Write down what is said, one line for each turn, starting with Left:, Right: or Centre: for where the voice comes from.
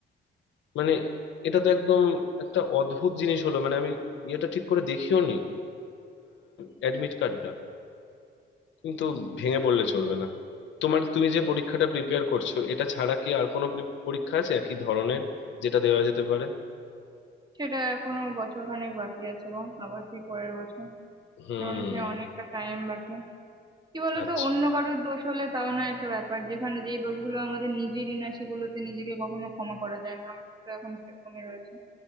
Left: মানে এটা তো একদম একটা অদ্ভুত জিনিস হলো মানে আমি ইয়েটা ঠিক করে দেখিও নি অ্যাডমিট কার্ডটা কিন্তু ভেঙে পড়লে চলবে না তোমার তুমি যে পরীক্ষাটা প্রিপেয়ার করছো এটা ছাড়া কি আর কোনো pre- পরীক্ষা আছে একই ধরনের যেটা দেওয়া যেতে পারে
Right: সেটা এখনো বছর খানেক বাকি আছে গো আবার কি পরের বছর
Left: হুম
Right: এখনো সে অনেকটা টাইম বাকি কি বলতো
Left: আচ্ছা
Right: অন্য কারোর দোষ হলে তাও না একটা ব্যাপার যেখানে যেই দোষগুলো আমাদের নিজেরই না সেগুলোতে নিজেকে কখনো ক্ষমা করা যায় না আমার তো এখন সেরকমই রয়েছে